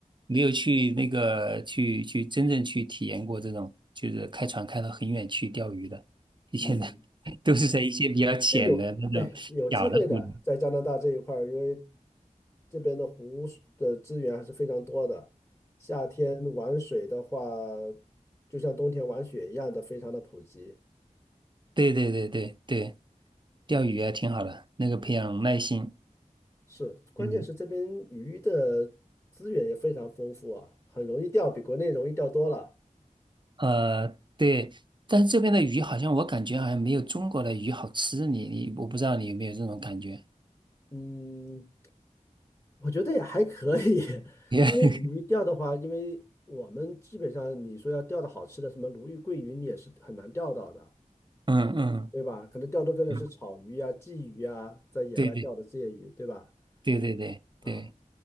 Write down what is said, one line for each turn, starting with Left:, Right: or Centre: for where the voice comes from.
Right: 没有去那个去去真正去体验过这种，就是开船开到很远去钓鱼的。以前的
Left: 嗯。
Right: <laughs> 都是在一些比较浅的那种小的湖里。
Left: 这有，对，有机会的，在加拿大这一块儿，因为这边的湖水的资源还是非常多的。夏天玩水的话，就像冬天玩雪一样的，非常的普及。
Right: 对对对对对对，钓鱼啊挺好的，那个培养耐心。
Left: 是，关键是这边鱼的资源也非常丰富啊，
Right: 嗯
Left: 很容易钓，比国内容易钓多了。
Right: 呃，对，但是这边的鱼好像我感觉好像没有中国的鱼好吃，你你我不知道你有没有这种感觉。
Left: 嗯，我觉得也还可以，<laughs>
Right: <laughs>
Left: 因为鱼钓的话，因为我们基本上你说要钓的好吃的，什么鲈鱼、桂鱼，你也是很难钓到的。
Right: 嗯嗯，
Left: 对吧？可能钓多更的是草鱼呀、
Right: 嗯，
Left: 鲫鱼呀，在野外钓的这些鱼，
Right: 对对
Left: 对吧？
Right: 对对对对
Left: 啊，